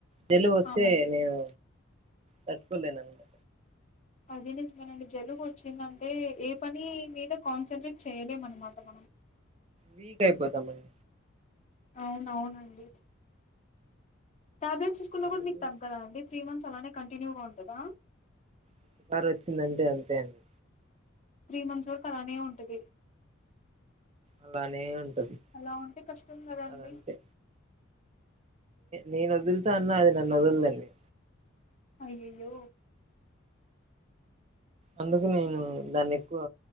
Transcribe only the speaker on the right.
జలుబు వస్తే
నేను తట్టుకోలేను అనమాట
వీక్ అయిపోతాం మనం
అందుకు
ఒక్కసారి వచ్చిందంటే అంతే అండి
అలానే ఉంటది
అదంతే నేను వదులుతా అన్నా అది నన్ను వదలండి
అందుకు నేను దాన్ని ఎక్కువ